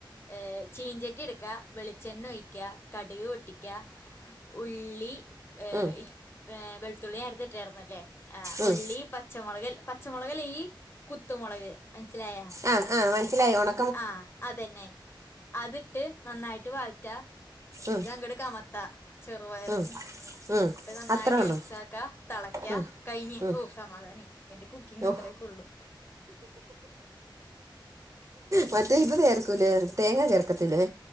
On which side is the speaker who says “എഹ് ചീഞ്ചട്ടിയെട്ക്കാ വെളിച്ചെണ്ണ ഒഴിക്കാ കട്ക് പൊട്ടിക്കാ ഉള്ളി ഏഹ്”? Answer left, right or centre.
Left